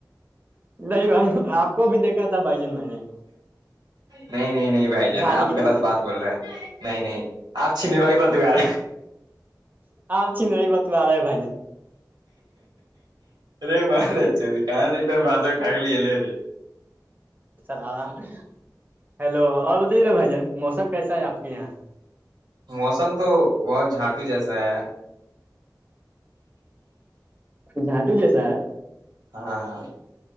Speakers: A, on the right (about 25°); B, on the right (about 85°).
A: نہیں بھائی آپ کو بھی دیکھا تھا بھائی جن میں نے
B: نہیں نہیں نہیں بھائی جان
A: جھاڑی
B: آپ
A: کے
B: غلط
A: پیچھے
B: بات بول رہے ہیں نہیں نہیں آپ چھینے رہوی بات یار
A: آپ چیز نہیں بتوا رہے ہیں بھائی جان
B: اے مارے چتی کہاں سےان باسک ٹاکلی ہےل رے
A: ل آام ہیلو اور بتےا بھائی جان موسم کیسا ہے آپ کے یہاں
B: موسم تو بہت جھانٹو جیسا ہے
A: جھانٹو جیسا ہے
B: ہاں ہاں